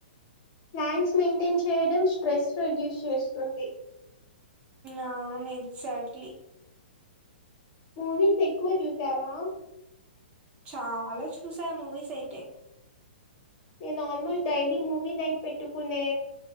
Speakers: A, on the left (about 30°); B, on the right (about 20°).
A: ప్లాంట్స్ మెయింటైన్ చేయడం స్ట్రెస్ రిడ్యూస్ చేస్తుంది
B: అవును ఎగ్జాక్ట్లీ
A: మూవీస్ ఎక్కువ చూసావా
B: చాలా చూసా మూవీస్ అయితే
A: నేను ఆల్మోస్ట్ డైలీ మూవీ నైట్ పెట్టుకునే